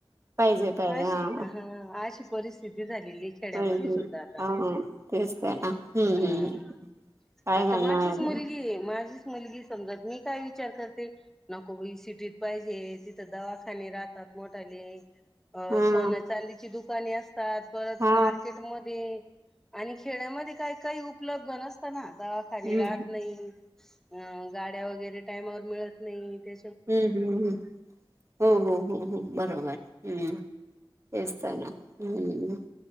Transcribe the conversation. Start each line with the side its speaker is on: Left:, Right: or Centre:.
Right: पाहिजे पाहिजे
Centre: अशी.
Right: हा
Centre: हा अशी परिस्थिती झालेली आहे खेड्यामध्ये
Right: पाहिजे
Centre: सुद्धा आता.
Right: हा तेच त्या ना. हम्म
Centre: हम.
Right: हम्म काय
Centre: आता
Right: करणार
Centre: माझीच
Right: आता
Centre: मुलगी माझीच मुलगी समजत मी काय विचार करते नको बाई सिटीत पाहिजे तिथं दवाखाने राहतात मोठाले अ
Right: हा
Centre: सोन्या चांदीचे दुकाने असतात परत
Right: हा
Centre: मार्केट म आणि खेड्यामध्ये काही काही उपलब्ध नसतना दवाखाने
Right: हम्म
Centre: राहत नाही अ गाड्या वगैरे टायमावर मिळत नाही त्या
Right: हम्म हम् हम् हो हो हो हो बरोबर हम्म तेच तर ना हम्म